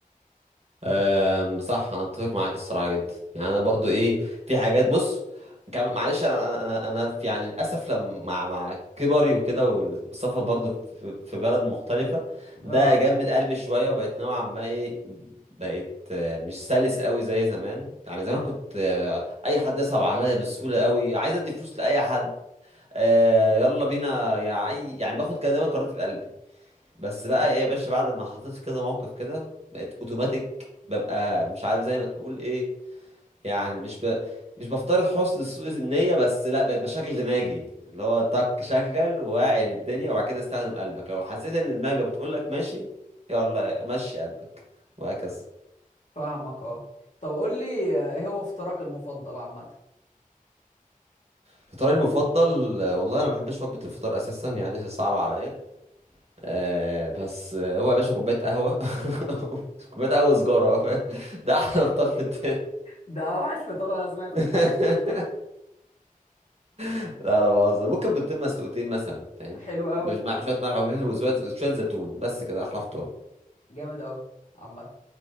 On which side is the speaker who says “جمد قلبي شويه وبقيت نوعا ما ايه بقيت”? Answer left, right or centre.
Right